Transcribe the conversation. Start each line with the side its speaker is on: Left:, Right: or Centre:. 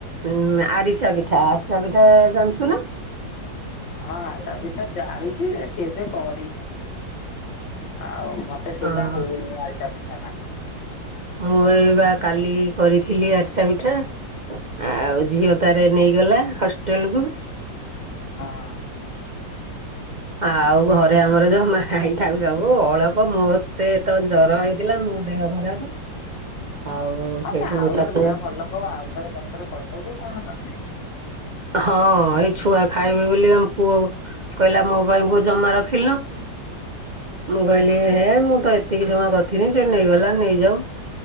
Right: ଉଁ ଆରିସା ପିଠା ଆରିସା ପିଠା ଜାଣିଛୁ ନା।
Left: ହଁ ତ ବି ତ ଜାଣିଛି କେବେ କରିନି। ଆଉ ମତେ ସେଇଟା
Right: ହଁ
Left: ହଉନି ଆଳସା ପିଠାଟା।
Right: ମୁଁ ଏ ବା କାଲି କରିଥିଲି ଆରିଚା ପିଠା ଆଉ ଝିଅ ତାର ନେଇଗଲା ହଷ୍ଟେଲ କ
Left: ହଁ।
Right: ଆଉ ଘରେ ଆମର ଯୋଉ ମା ହେଇଥାକୁ ସବୁ ଅଳ୍ପ ମୋତେ ତ ଜର ହେଇଥିଲା ମୁଁ ଦେହଘରାବ ଆଉ
Left: ହଁ
Right: ସେଇଠୁ
Left: ସେ ଆଉ ଥରେ
Right: ତାକୁ
Left: ଦେହ ଭଲ ହଉ ଆଉ ଥରେ ପଛରେ କରିଦବୁ କଣ ତ
Right: ହଁ ଏଇ ଛୁଆ ଖାଇବେି ବୋଲି ଆମ ପୁଅ କହିଲା ମୋ ପାଇଁ କୋ ଜମା ରଖିଲୁନୁ। ମୁଁ କହିଲି ହେ ମୁଁ ତ ଏତିକି ଜମା କରିଥିନି ସେ ନେଇଗଲା ନେଇଯାଉ।